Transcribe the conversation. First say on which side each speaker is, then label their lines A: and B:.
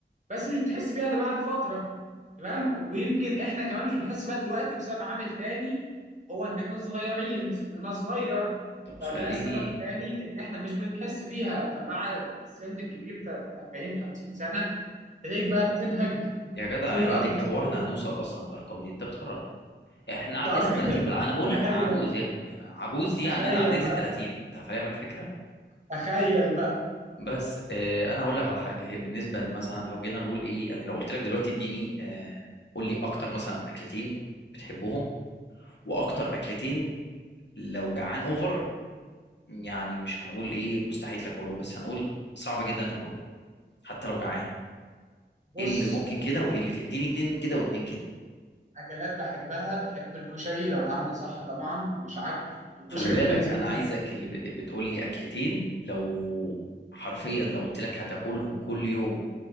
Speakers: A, on the right; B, on the left.
A: بس مش بتحس بيها الا بعد فتره تمام ويمكن احنا كمان مش بنحس بيها دلوقتي بسبب عامل تاني هو ان احنا صغيرين سننا صغير
B: طب
A: فده
B: خليني
A: سبب تاني ان احنا مش بنحس بيها فمع السن الكبير بتاع 40 50 سنه تلاقيك بقى بتنهج
B: يا جدع
A: وفين
B: عيب
A: الاسانسير
B: عليك هو احنا هنوصل اصلا للارقام دي انت بتهرج احنا
A: انت
B: عدينا
A: اصلا
B: ال 30
A: <laughs>
B: بالع... انا بقول لك
A: تخيل
B: انا عجوز يا ابني عجوز دي يعني
A: تخيل
B: انا عديت
A: بقى
B: ال 30 انت فاهم الفكره
A: تخيل بقى
B: بس اه انا هقول لك على حاجه هي بالنسبه مثلا لو جينا نقول ايه يعني لو قلت لك دلوقتي اديني اه قول لي اكتر مثلا اكلتين بتحبهم واكتر اكلتين لو جعان اوفر يعني مش هنقول ايه مستحيل تاكلهم بس هنقول صعب جدا تاكلهم حتى لو جعان
A: بص
B: ايه اللي ممكن كده وايه اللي كده اديني اتنين كده واتنين كده
A: اكلات بحبها بحب الكشري لو اتعمل صح طبعا مش عك الكشري
B: خلي بالك
A: ده بالنسبه
B: انا
A: لي
B: عايزك اللي بت- بتقول لي اكلتين لو حرفيا لو قلت لك هتاكلهم كل يوم